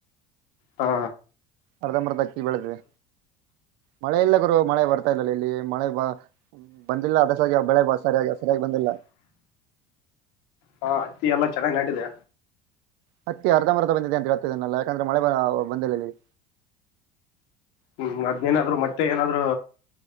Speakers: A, on the left; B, on the right.
A: ಹಾ
B: ಅರ್ಧಂಬರ್ಧ ಅಕ್ಕಿ ಬೆಳದಿದೆ ಮಳೆ ಇಲ್ಲ ಗುರು ಮಳೆ ಬರ್ತಾ ಇಲ್ಲಲ್ಲ ಇಲ್ಲಿ ಮಳೆ ಬಂದಿಲ್ಲ ಅದಸಾಗಿ ಬೆಳೆ ಸರಿಯಾಗಿ ಸರಿಯಾಗಿ ಬಂದಿಲ್ಲ
A: ಹಾ ಹತ್ತಿ ಎಲ್ಲಾ ಚೆನ್ನಾಗಿ ನಾಟಿದೆ
B: ಹತ್ತಿ ಅರ್ಧ ಅರ್ಧ ಬಂದಿದೆ ಅಂತ ಹೇಳ್ತದನ್ನಲ್ಲ ಯಾಕಂದ್ರೆ ಮಳೆ ಬಂದಿಲ್ಲ ಇಲ್ಲಿಗೆ
A: ಹ್ಮ್ ಅದ್ನೇನಾದ್ರು ಮತ್ತೆ ಏನಾದ್ರು